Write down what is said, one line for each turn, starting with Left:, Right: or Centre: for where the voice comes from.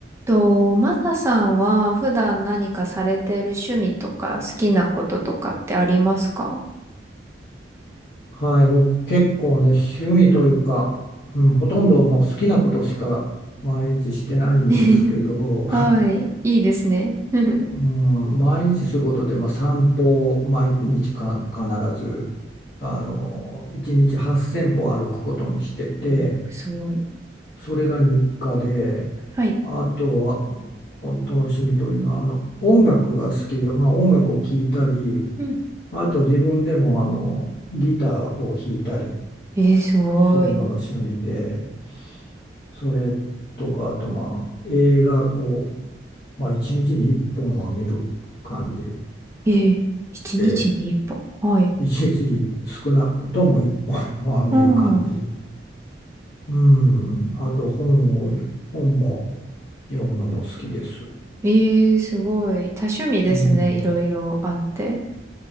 Right: と、マサさんは普段何かされてる趣味とか好きなこととかってありますか
Left: はい、僕結構ね、趣味というか、うん、ほとんどもう好きなことしか毎日してないんですけど、
Right: <laughs> はい。いいですね。<laughs>
Left: <laughs> うん、毎日することで、まあ、散歩を毎日か必ず、あの、1日8000歩歩くことにしてて、
Right: おすごい。
Left: それが日課で、
Right: はい。
Left: あとは本当の趣味というのは、あの、音楽が好きで、まあ、音楽を聴いたり、
Right: うん。
Left: あと自分でもあのギターを弾いたり
Right: えー、すごい。
Left: するのが趣味で、それとか、あとまあ映画を、まあ、1日に1本は見る感じ
Right: えー、一日に一本。
Left: で、
Right: はい。
Left: 1日にちに少なくとも1本は見る感じ。
Right: うん。
Left: うん、あと本を、本も読むのも好きです。
Right: えー、すごい。多趣味ですね。
Left: うん、
Right: いろいろあって。